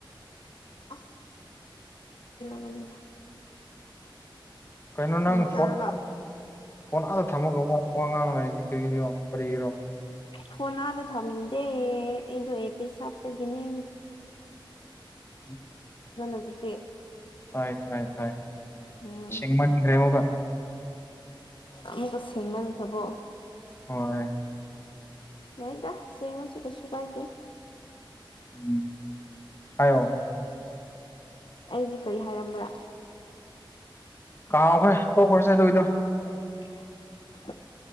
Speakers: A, on the left (about 70°); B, on the left (about 30°).
A: ꯑ ꯀ ꯃꯅꯤꯗ
B: ꯀꯩꯅꯣ ꯅꯪ
A: ꯎꯝ ꯇꯥꯔꯕ
B: ꯐꯣꯟ ꯑꯥ ꯐꯣꯟ ꯑꯥꯗ ꯊꯝꯃꯒ ꯋꯥ ꯉꯥꯡ ꯂꯩꯔꯤꯗꯤ ꯀꯔꯤꯔꯤꯔꯣ ꯀꯔꯤꯒꯤꯔꯣ
A: ꯐꯣꯟꯅꯥꯗ ꯊꯝꯗꯦ ꯑꯩꯗꯣ ꯑꯦ ꯄ ꯁꯥꯞꯄꯒꯤꯅꯦ
B: <inaudible>
A: ꯍꯧꯖꯤꯛꯇꯤ
B: ꯍꯥꯏꯥꯏꯥꯏ
A: ꯎꯝ
B: ꯁꯤꯦꯡꯃꯟ꯭ꯔꯦ ꯍꯒ
A: ꯑꯃꯨꯛꯀ ꯁꯦꯡꯃꯟꯈ꯭ꯔꯕꯣ
B: ꯍꯣꯏ
A: ꯌꯥꯏꯗ ꯁꯦꯡꯉꯁꯨ ꯀꯁꯨ ꯀꯥꯏꯗꯦ
B: ꯎ ꯍꯥꯏ
A: ꯑꯩꯁꯦ ꯀꯔꯤ ꯍꯥꯏꯔꯝꯕ꯭ꯔꯥ
B: ꯀꯥꯎꯈꯣꯏ ꯇꯣꯛꯈ꯭ꯔꯁꯦ ꯑꯗꯨꯏꯗꯣ
A: <inaudible>